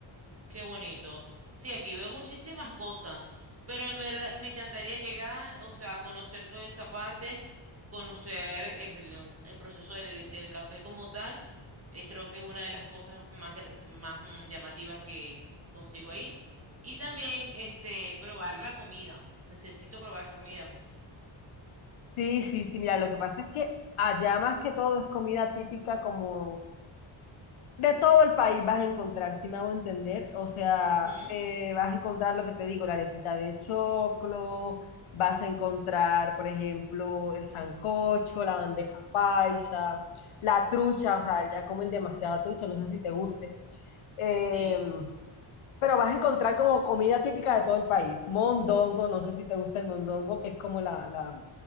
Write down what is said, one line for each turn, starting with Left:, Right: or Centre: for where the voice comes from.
Right: Qué bonito. Sí, aquí veo muchísimas cosas, pero en verdad me encantaría llegar, o sea, a conocer toda esa parte, conocer el, el proceso del, del café como tal. Eh, creo que es una de las cosas más, gr- más mm, llamativas que consigo ahí. Y también, este, probar la comida. Necesito probar esa comida.
Left: Sí, sí, sí, mira, lo que pasa es que allá más que todo es comida típica como de todo el país vas a encontrar, si me hago entender, o sea,
Right: Ujú,
Left: eh, vas a encontrar lo que te digo, la arepita de choclo, vas a encontrar, por ejemplo, el sancocho, la bandeja paisa, la trucha, o sea, ya comen demasiada trucha, no sé si te guste. Em,
Right: Sí,
Left: Pero vas a encontrar como comida típica de todo el país. Mondongo, no sé si te gusta el mondongo, que es como la, la,